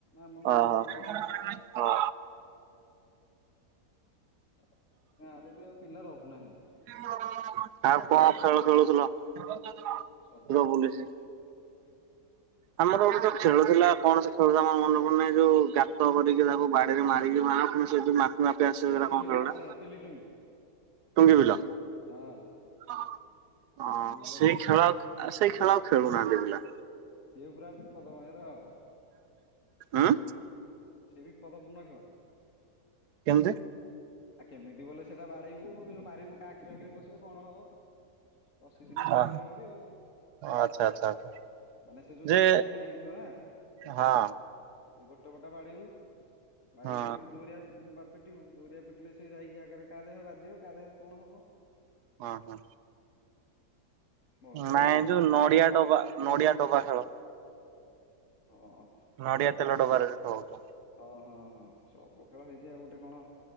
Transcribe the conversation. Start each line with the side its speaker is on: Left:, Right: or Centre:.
Left: ଆମଠୁ
Right: ହଁ
Left: ଯୋଉମାନେ ସାନ ଆଉ
Right: ଓହୋ।
Left: ଆ ଗାଁରେ ବି ଆଉ ପିଲା ରହୁନାହାନ୍ତି।
Right: <inaudible> କଣ ଖେଳ ଖେଳୁଥିଲ ଚୋର
Left: ସବୁ
Right: ପୋଲିସ ଆମର ଗୋଟେ ସେ ଖେଳ ଥିଲା କଣ ଖେଳ ତ ନା ମୋର ମନେ ପଡୁନି ନାହିଁ ଯୋଉ ଗାତ କରିକି ତାକୁ ବାଡିରେ ମାରିକି ମାନେ ସେ ଯେମିତି ମାପି ମାପି ଆସିବ ସେଗୁରା
Left: ଏ ପିଲି
Right: କଣ କହୁନା
Left: ଆ ସେ ପିଲି ଟୁଙ୍ଗି
Right: ତୁଙ୍ଗି ବିିଲ
Left: ହଁ
Right: ହଁ
Left: ଟୁଙ୍ଗି ବିଲ
Right: ସେଇ ଖେଳ ସେଇ ଖେଳ ଖେଳୁନାହାନ୍ତି ପିଲା
Left: ସେ ପୁରା ବିପଦମୟରେ ବାବା
Right: ଉଁ
Left: ସେ ବିପଦପୂର୍ଣ୍ଣ ଖେଳ।
Right: କେମତି।
Left: ଆଉ କେମିତି ବୋଲେ ସେଟା ବାଢେଇବୁ ମାରିବୁ କା ଆଖି ପାଖିରେ ପସିବ କଣ ହବ? ପଶିଚି ନା ପିଲାଙ୍କର
Right: ଅ
Left: ଏମିତି ଆଉ।
Right: ଆଚ୍ଛା ଆଚ୍ଛା ଆଚ୍ଛା
Left: ମାନେ ସେ ଯୋଉ
Right: ଯେ
Left: ଦିପଟ ମୁନିଆ ହେଇକି ଥିବ ନା।
Right: ହଁ
Left: ଏ ଗୋଟେ ଗୋଟା ବାଡିବୁ ବାଡେଇକି
Right: ହଁ
Left: ତାକୁ ଜୋରିଆ ବା ପିଟିବୁ ଜୋରିଆ ପିଟି ସେ ଯାଇକି ଆଗରେ କାହା ଦେହରେ ବାଜିବ କାହା ଦେହରେ କଣ ହବ?
Right: ଓ ହୋଁ
Left: ବହୁତ
Right: ନାଇଁ
Left: ଏମିତି ଦୁର୍ଘଟଣା
Right: ଯୋଉ ନଡିଆ
Left: ହେଇଛି
Right: ଡବା ନଡିଆ ଡବା ଖେଳ।
Left: ହଁ
Right: ନଡିଆ ତେଲ ଡବାରେ ଯୋଉ ଖେଳ ହଉଥିବ।
Left: ହଁ ହଁ ହଁ ସବୁ ଖେଳ ହେଇଛି ଆଉ ଗୋଟେ କଣ?